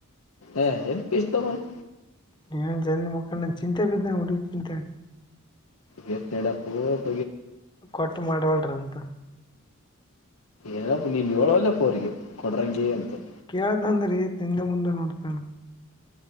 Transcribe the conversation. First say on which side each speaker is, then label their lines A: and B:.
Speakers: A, on the left; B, on the left.
A: ಯಾರು, ಕೃಷ್ಣಮ್ಮ. <unintelligible>
B: ನೀನು, ಜಲ್ದಿ, ಮುಕ್ಕಂಡು, ಚಿಂತೆ ಬಿದ್ದೇನು ಹುಡುಗಿ, ಚಿಂತೆ? <inaudible>
A: ಹೆತಿಇಡಾಪ್ಪೋ?. <unintelligible>
B: ಕೊಟ್ಟು, ಮಾಡವಳ್ರ, ಅಂತ? <inaudible>
A: ಏನಪ್ಪ, ನಿಣುಹೇಳೊದರಲೆ, ಕೋರಿಕೆ, ಕೊಡ್ರಂಗಿ, ಅಂತ. <inaudible>
B: ಕೇಳುತ್ತಂಡ್ರೆ, ಹಿಂದೆ, ಮುಂದೆ, ನೋಡ್ತಳ. <inaudible>